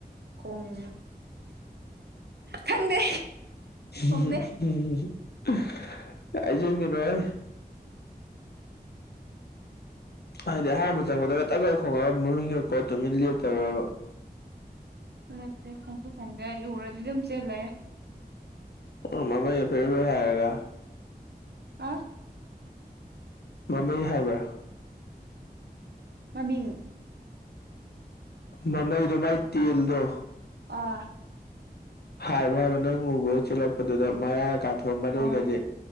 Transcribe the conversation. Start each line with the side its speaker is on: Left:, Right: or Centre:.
Right: ꯈꯣꯡ ꯈꯪꯗꯦ
Left: <unintelligible>
Right: ꯈꯣꯡꯗꯦ
Left: ꯍꯥꯏꯖꯤꯟꯒꯅꯨꯍꯦ ꯍꯥꯏꯗꯤ ꯑꯍꯥꯟꯕ ꯆꯪꯕꯗꯒ ꯇꯛꯈ ꯈꯣꯡꯉꯥ ꯃꯃꯤꯡꯒ ꯀꯣ ꯇꯨꯃꯤꯟ ꯂꯦꯞꯇꯕ꯭ꯔꯕ
Right: ꯂꯦꯞꯇꯦ ꯈꯣꯡꯁꯨ ꯈꯣꯡꯗꯦ ꯑꯩ ꯎꯔꯗꯤ ꯑꯗꯨꯝ ꯆꯦꯜꯂꯦ
Left: ꯑꯣ ꯃꯃꯩꯒ ꯐꯦꯔꯦ ꯐꯦꯔꯦ ꯍꯥꯏꯔꯒ
Right: ꯑꯥ
Left: ꯃꯃꯩ ꯍꯥꯏꯕ꯭ꯔꯥ
Right: ꯃꯃꯤꯡ
Left: ꯃꯃꯩꯗꯣ ꯃꯥꯏ ꯇꯦꯜꯗꯣ
Right: ꯑꯥ
Left: ꯍꯥꯏꯕ꯭ꯔꯥ ꯍꯥꯏꯕ ꯅꯪ ꯎꯕ ꯆꯦꯜꯂꯛꯄꯗꯨꯗ ꯃꯌꯥ ꯀꯥꯊꯣꯛꯑꯒ ꯃꯔꯩꯒꯁꯦ
Right: ꯍꯣꯏ